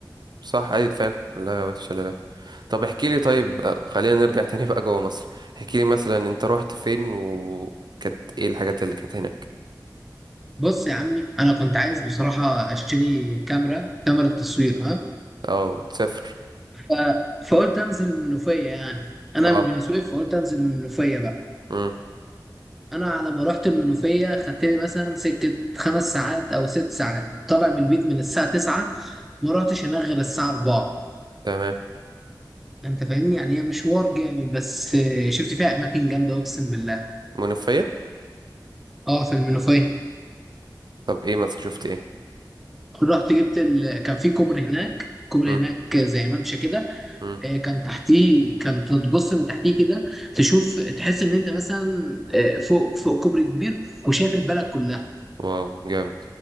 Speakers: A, on the right; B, in the centre.
A: صح أيوة فعلا كلها غابات وشلالات طب احكي لي طيب آه، خلينا نرجع تاني بقى جوه مصر احكي لي مثلا أنت روحت فين وكانت إيه الحاجات اللي كانت هناك
B: بص يا عمي انا كنت عايز بصراحه اشتري كاميرا كاميرا تصوير ها
A: اه تسافر
B: ف... فقلت انزل المنوفيه يعني انا
A: اه
B: من بني سويف فقلت انزل المنوفيه بقى
A: امم
B: انا على ما رحت المنوفيه خدت لي مثلا سكه خمس ساعات او ست ساعات طالع من البيت من الساعه 9 ما رحتش هناك غير الساعه 4
A: تمام
B: انت فاهمني يعني هي مشوار جامد بس شفت فيها اماكن جامده اقسم بالله
A: منوفية
B: اه في المنوفيه
A: طب ايه مثلا شفت ايه
B: رحت جبت ال... كان في كوبري هناك كوبري
A: مم.
B: هناك زي ممشى كده
A: مم.
B: آه، كان تحتيه كان تبص من تحتيه كده تشوف تحس ان انت مثلا آه، فوق فوق كوبري كبير وشايف البلد كلها
A: واو جامد